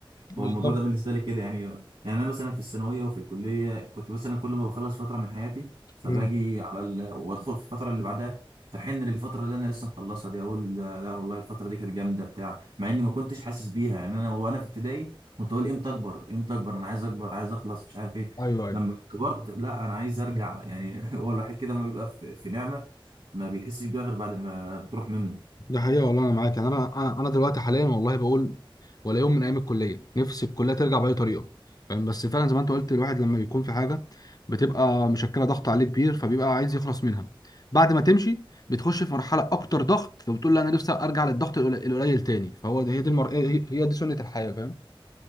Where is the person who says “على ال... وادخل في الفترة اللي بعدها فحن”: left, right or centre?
Right